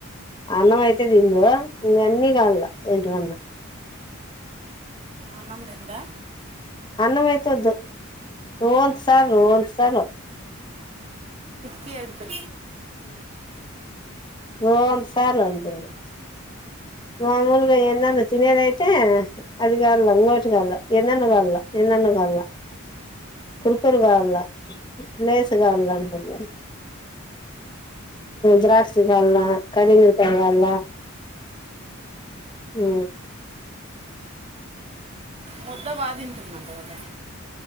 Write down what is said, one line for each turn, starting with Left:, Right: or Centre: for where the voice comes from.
Left: అన్నం అయితే తిందో ఇ అన్న కాాల ఇంటివన్న
Right: అన్నం తిందా
Left: అన్నం అయితే ఒద్దు రోంత సాల్ రోంత్ సాల్
Right: కేడుపే
Left: రోంత్ సాల్ అంటుంది మామూలుగా ఎందన్న తినేదైతే అది కావాల అంగోటి కావల ఎందన్నా కావాల ఎందన్న కాళ కుర్కురు కావాల లేసు కావాల అంటుంది ద్రాక్ష కాల కాలందరి కాయ్ కాల ఉ
Right: ముద్ద బాగ తింటుంది అంట కదా